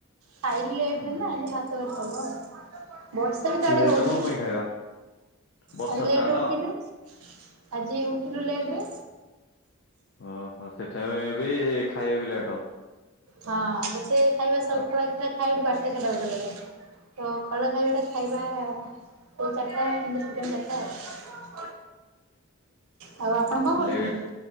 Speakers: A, on the right (about 75°); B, on the left (about 55°).
A: ଖାଇଲି ଲେଟରେ
B: ଓହୋ
A: ନା ଭାତ ବର୍ ସରିବ ଆଉ। ବର୍ଷା ବି ତ ଆଡେ
B: ଲେଟ
A: ହଉଛି
B: କଣ
A: ନା।
B: ପାଇଁ ଖାଇବା ବର୍ଷା
A: ଆଜି ଲେଟରେ
B: ଷ୍ଟାର୍ଟ
A: ଉଠିଲୁ ଆଜି ଉଠିଲୁ ଲେଟରେ
B: ଓହୋ ସେଠାରେ ବି ଖାଇବା ବି ଲେଟ
A: ହଁ ଗୋଟେ ଖାଇବା ଶରପ୍ରାଈଥିଲା
B: ଆଉ
A: ଖାଇଲୁ ବାରଟା ସାଢ଼େ ଗୋଟେ। ତ ଖଳା ଖାଇବା ଟା ଖାଇବା କୋଉ ଚାରିଟା କି ସୁନ ଚାରିଟା ଆଉ। ଆଉ ଆପଣ କଣ କରୁଛନ୍ତି?
B: ଲେଟ